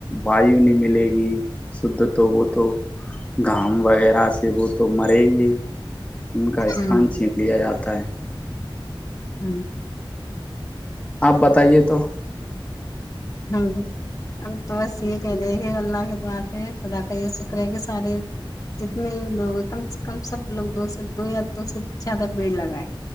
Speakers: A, on the left; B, on the left.
A: وایو نہیں ملے گی شھ تو وہ تو گام وغیرہ سے وہ تو مریں گے انکا استھان
B: ہوں
A: چین لیا جاتا تائیں
B: ہوں
A: آپ بتائیے تو
B: ہ ہمب تو بس یہ کہہ رہے کہ اللہ کی توعات ہے خدا کا یہ شکر ہے کہ سارے جتنے بھی لوگ ہیں کم سے کم سب لوگ دو سے دو یا دو سے زیادہ پیڑ لگائے